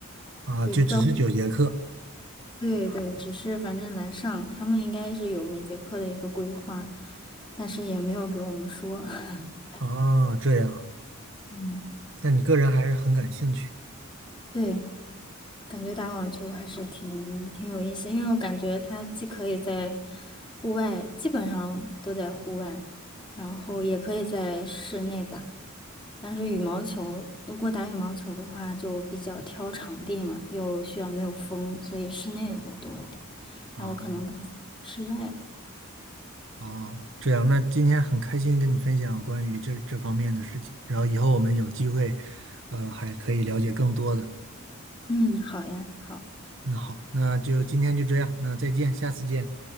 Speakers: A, on the right; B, on the left.
A: 啊，
B: 也不知道会
A: 就只是九节课
B: 对对，只是反正来上，他们应该是有每节课的一个规划，但是也没有给我们说。<laughs>
A: 啊，这样。
B: 嗯，
A: 那你个人还是很感兴趣
B: 对，感觉打网球还是挺挺有意思，因为我感觉它既可以在户外，基本上都在户外，然后也可以在室内打。但是羽毛球，如果打羽毛球的话，就比较挑场地嘛，又需要没有风，所以室内的会多一点。
A: 啊，
B: 那我可能更喜欢室外的。
A: 哦，这样。那今天很开心跟你分享关于这这方面的事情，然后以后我们有机会，呃，还可以了解更多的。
B: 嗯，好呀，好。
A: 那好，那就今天就这样，那再见，下次见。